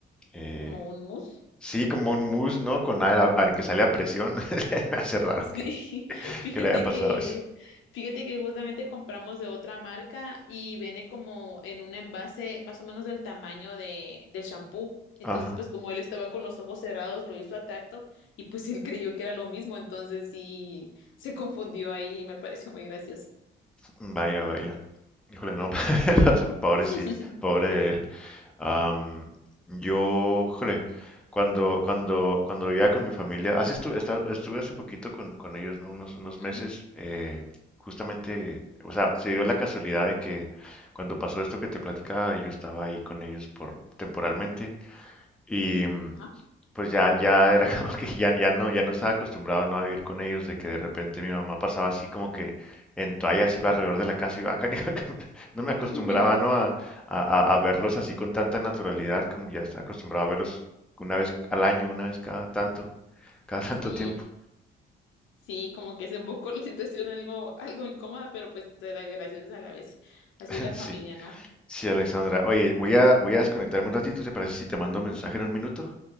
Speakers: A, in the centre; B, on the left (about 80°).
A: eh,
B: ¿Como un mus?
A: sí, como un mousse, ¿no? Con aire a- a- que sale a presión, <laughs> me hace raro
B: Sí,
A: que,
B: <laughs> fíjate
A: que le haya pasado
B: que,
A: eso.
B: fíjate que justamente compramos de otra marca y viene como en un envase más o menos del tamaño de, del champú. Entonces,
A: Ajá,
B: pues como él estaba con los ojos cerrados, lo hizo a tacto y pues él creyó que era lo mismo. Entonces sí, se confundió ahí y me pareció muy gracioso.
A: vaya, vaya. Híjole, no, <laughs> pobre
B: <laughs>
A: Sid, pobre él. Am, yo, híjole, cuando, cuando, cuando vivía con mi familia, así estuve, estuve hace poquito con, con ellos, ¿no? Unos, unos
B: Ujú,
A: meses, eh, justamente, o sea, se dio la casualidad de que cuando pasó esto que te platicaba, yo estaba ahí con ellos por temporalmente y mm,
B: ajá.
A: pues ya, ya era <laughs> como que ya, ya no, ya no estaba acostumbrado no a vivir con ellos, de que de repente mi mamá pasaba así como que en toallas iba alrededor de la casa y va <laughs> no me acostumbraba
B: <laughs>
A: no a, a- a- a verlos así con tanta naturalidad como ya estaba acostumbrado a verlos una vez al año, una vez cada tanto, cada tanto
B: Sí,
A: tiempo.
B: sí, como que es un poco la situación algo, algo incómoda, pero pues era graciosa a la vez. Así
A: <laughs>
B: es la familia,
A: Sí,
B: ¿no?
A: sí, Alexandra. Oye, voy a, voy a desconectarme un ratito, ¿te parece si te mando
B: Ujú.
A: un mensaje en un minuto?